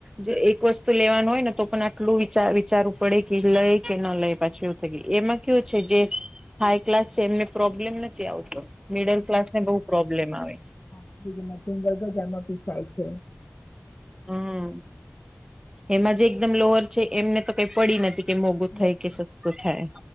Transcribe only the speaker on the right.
જો એક વસ્તુ લેવાનું હોય ને તો પણ આટલું વિચાર વિચારવું પડે કે લઈ કે ન લઈ પાછી એવું થઈ ગયું એમાં કેયું છે જે હાઈ ક્લાસ છે એમને પ્રોબ્લેમ નથી. કે આવ કે મિડલ ક્લાસ ને બહ પ્રોબ્લેમ આવે.
હમ્મ એમાં જે એકદમ લોઅર છે એમને તો કઈ પડી નથી. કે મોગું
થાય કે સસ્તું થાય